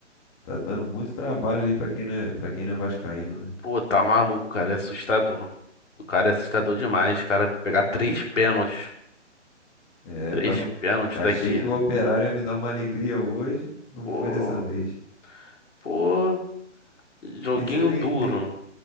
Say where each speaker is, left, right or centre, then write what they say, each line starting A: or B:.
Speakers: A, on the left; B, on the left.
A: tá dando muito trabalho ali para quem não é, para quem não é vascaíno, né?
B: Pô, tá maluco, cara. É assustador. O cara é assustador demais, cara. Pegar três pênaltis.
A: É,
B: Três
A: eu tava,
B: pênaltis
A: achei
B: da Kane
A: que o Operário ia me dar uma alegria hoje, não
B: Pô,
A: foi dessa vez.
B: pô, joguinho
A: E você tem,
B: duro.
A: tem,